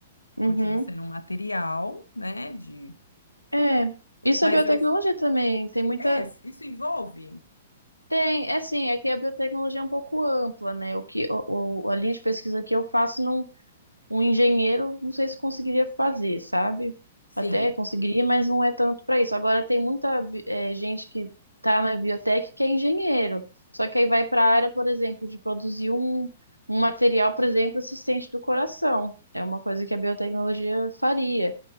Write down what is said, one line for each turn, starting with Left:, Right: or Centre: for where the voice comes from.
Right: uhum.
Left: Continua sendo um material, né? De...
Right: É, isso
Left: Mas
Right: é biotecnologia
Left: é,
Right: também. Tem muita,
Left: é, isso envolve?
Right: Tem, é assim, é que a biotecnologia é um pouco ampla, né? O que o, o- a linha de pesquisa que eu faço, não, um engenheiro, não sei se conseguiria fazer, sabe?
Left: Sim.
Right: Até conseguiria, mas não é tanto para isso. Agora, tem muita bi- eh, gente que está na biotec que é engenheiro, só que aí vai para a área, por exemplo, de produzir um, um material, por exemplo, assistente do coração. É uma coisa que a biotecnologia faria